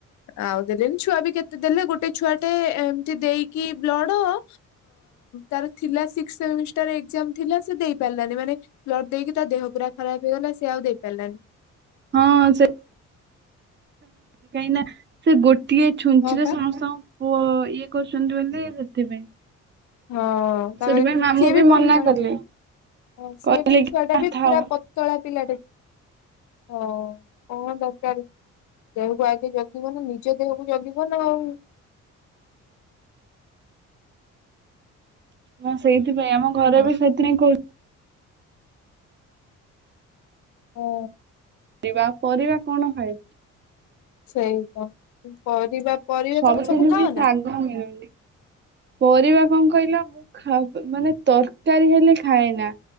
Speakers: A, on the left; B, on the right.
A: ଆଉ ଦେଲେନି ଛୁଆ ବି କେତେ ଦେଲେ। ଗୋଟେ ଛୁଆଟେ ଏମିତି ଦେଇକି ବ୍ଲଡ଼ ହଁ, ତାର ଥିଲା ସିକ୍ସ ସେମିଷ୍ଟାର ଏକ୍ସାମ୍ ଥିଲା ସେ ଦେଇ ପାରିଲାନି ମାନେ ବ୍ଲଡ ଦେଇକି ତା ଦେହ ପୁରା ଖରାପ ହେଇଗଲା ସେ ଆଉ ଦେଇପାରିଲାନି।
B: ହଁ ସେ କାହିଁକି ନା ସେ ଗୋଟିଏ ଛୁଞ୍ଚି
A: ହଁ
B: ରେ
A: ପା।
B: ସମସ୍ତଙ୍କ ପୁଅ ଇଏ କରୁଚନ୍ତି ବୋଲି ସେଥିପାଇଁ।
A: ହଁ, ତାପରେ
B: ସେଥିପାଇଁ ମାମୁଁ
A: ସିଏ ବି
B: ମନା
A: ପଚା,
B: କଲେ
A: ହଁ ସିଏ
B: କହିଲେ
A: ବି
B: କି
A: ଛୁଆ ଟା ବି
B: ଥାଉ
A: ପୁରା ପ ପତଳା ପିଲାଟେ। ହଁ, କଣ ଦରକାର ଦେହକୁ ଆଗେ ଯଗି ଜୀବନ ନିଜ ଦେହକୁ ଜଗିବ ନା ଆଉ।
B: ହଁ ସେଇଥିପାଇଁ, ଆମ ଘରେ
A: ହଁ
B: ବି ସେଥିପାଇଁ କହୁ
A: ହଁ।
B: <unintelligible> ପରିବା କଣ ଖାଇବି?
A: ସେଇ ତ ପରିବା ପରିବା
B: ସବୁଦିନ
A: ତମେ ସବୁ ଖାଅ
B: ବି
A: ନା?
B: ଶାଗ ମିଳୁନି। ପରିବା କଣ କହିଲ ଖା ମାନେ ତରକାରୀ ହେଲେ ଖାଏ ନା।